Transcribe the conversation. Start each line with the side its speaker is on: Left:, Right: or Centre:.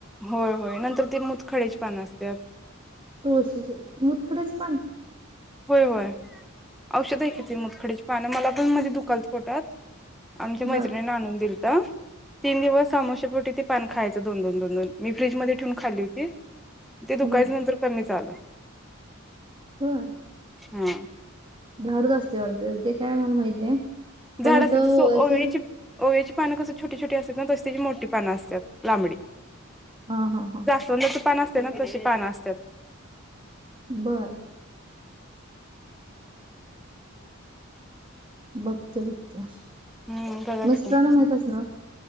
Centre: होय होय नंतर ते मूत खड्याची पान असत्यात.
Right: तुळशीच मूतखडेच पान.
Centre: होय होय औषध आहे कि तीे मुदखड्याची पान मला पण मध्ये दुकालत पोटात. आमच्या मैत्रिणीने
Right: बर
Centre: आणून दिलंत. तीन दिवस आमोश्यापोटी ते पान खायचं दोन दोन दोन दोन मी फ्रीजमध्येे ठेवून खाल्ली होती. ते दुकायच
Right: बर
Centre: नंतर कमीच आलय
Right: होय
Centre: हा
Right: झाडच असतय वाटते ते काय मला माहित नाही पण
Centre: झाड असते
Right: इथं
Centre: जसं
Right: वोव्याच
Centre: ओव्याची ओव्याची पान कसं छोटी, छोटी असत ना तर तशी त्याची मोठी पानं असत्यात लांबडी
Right: हा, हा, हा
Centre: <unintelligible> पान असते ना तशी पान असत्यात
Right: बरं बघते, बघते
Centre: हम्म बघा
Right: मिस्टरांना
Centre: की
Right: माहित असणार